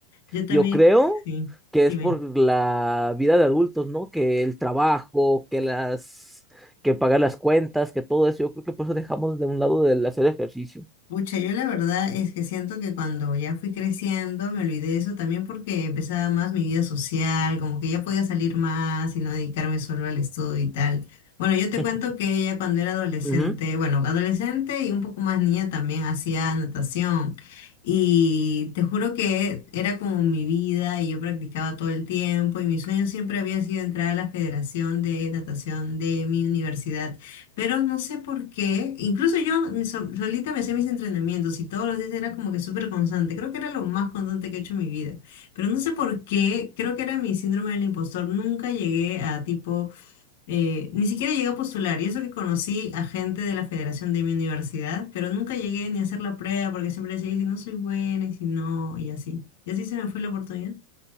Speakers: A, on the left (about 75°); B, in the centre.
A: Yo también,
B: yo creo
A: sí,
B: que
A: dime.
B: es por la vida de adultos, ¿no? Que el trabajo, que las, que pagar las cuentas, que todo eso, yo creo que por eso dejamos de un lado el hacer ejercicio.
A: Mucha, yo la verdad es que siento que cuando ya fui creciendo me olvidé de eso también porque empezaba más mi vida social, como que ya podía salir más y no dedicarme solo al estudio y tal. Bueno, yo te
B: <laughs>
A: cuento que ella cuando era adolescente,
B: Ujú.
A: bueno, adolescente y un poco más niña también hacía natación y te juro que era como mi vida y yo practicaba todo el tiempo y mi sueño siempre había sido entrar a la Federación de Natación de mi universidad. Pero no sé por qué, incluso yo me so- solita me hacía mis entrenamientos y todos los días era como que súper constante. Creo que era lo más constante que he hecho en mi vida. Pero no sé por qué, creo que era mi síndrome del impostor. Nunca llegué a tipo, eh, ni siquiera llegué a postular. Y eso que conocí a gente de la federación de mi universidad, pero nunca llegué ni a hacer la prueba porque siempre decía, "Y si no soy buena, y si no, y así. Y así se me fue la oportunidad.